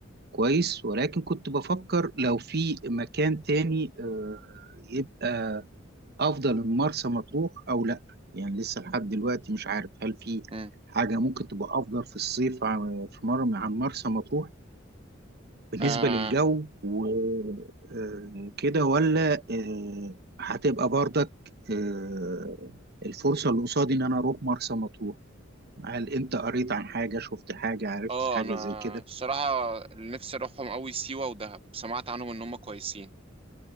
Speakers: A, on the right; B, on the right.
A: كويس ولكن كنت بفكر لو في مكان تاني آه، يبقى افضل من مرسى مطروح او لا يعني لسه لحد دلوقتي مش عارف هل في
B: مم.
A: حاجة ممكن تبقى افضل في الصيف عن- في مر عن مرسى مطروح بالنسبة
B: اه
A: للجو وكده ولا آه، هتبقى برضك آه، الفرصة اللي قصادي إن أنا أروح مرسى مطروح هل أنت قريت عن حاجة شفت حاجة عرفت
B: اه
A: حاجة
B: انا
A: زي كده
B: الصراحة اللي نفسي اروحهم قوي سيوة ودهب سمعت عنهم ان هم كويسين